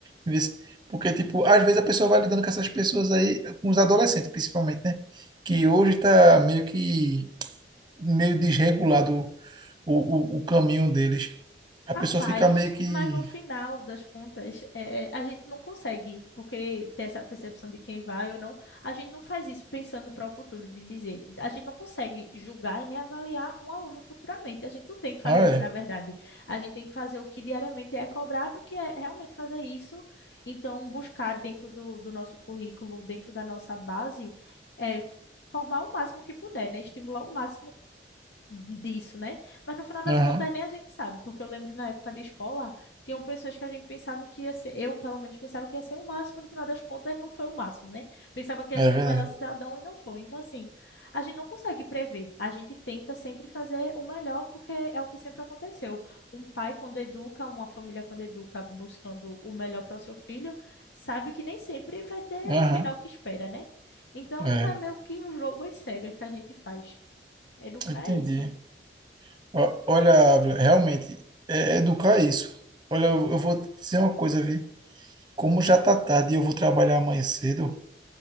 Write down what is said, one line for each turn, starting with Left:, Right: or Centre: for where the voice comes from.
Right: Vê se- Porque, tipo, às vezes a pessoa vai lidando com essas pessoas aí, com os adolescentes principalmente, né? Que hoje tá meio que, meio desregulado o, o, o caminho deles. A
Left: Rapaz,
Right: pessoa fica meio que,
Left: mas no final das contas, é, a gente não consegue, porque ter essa percepção de quem vai ou não, a gente não faz isso pensando para o futuro, de dizer, a gente não consegue julgar e nem avaliar um aluno futuramente, a gente não tem que fazer
Right: ah,
Left: isso,
Right: é,
Left: na verdade, a gente tem que fazer o que diariamente é cobrado, que é realmente fazer isso, então buscar dentro do, do nosso currículo, dentro da nossa base, é, f- formar o máximo que puder, né, estimular o máximo disso, né? Mas no final das
Right: aham,
Left: contas nem a gente sabe, porque eu lembro na época de escola, tinham pessoas que a gente pensava que ia ser, eu pelo menos pensava que ia ser o máximo, no final das contas não foi o máximo, né? Pensava que ia
Right: é
Left: ser
Right: verdade,
Left: o melhor cidadão e não foi. Então, assim, a gente não consegue prever, a gente tenta sempre fazer o melhor, porque é o que sempre aconteceu. Um pai, quando educa, uma família, quando educa, buscando o melhor para o seu filho, sabe que nem sempre vai ter
Right: aham,
Left: o final que espera, né? Então,
Right: é,
Left: é meio que um jogo às cegas que a gente faz. Educar
Right: entendi.
Left: é isso.
Right: Ó- Olha, Ávila, realmente, é, é educar é isso. Olha, eu, eu vou te dizer uma coisa, vi. Como já tá tarde e eu vou trabalhar amanhã cedo,